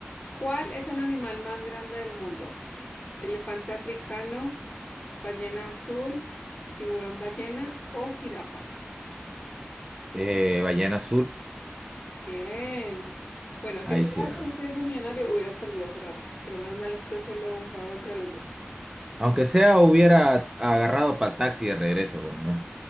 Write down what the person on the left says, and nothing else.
¿cuál es el animal más grande del mundo? ¿Elefante africano, ballena azul, tiburón ballena o jirafa?
Bien. Bueno, si
fuera
quien quiere ser millonario, hubieras perdido hace rato, pero más mal esto es solo un juego entre los dos.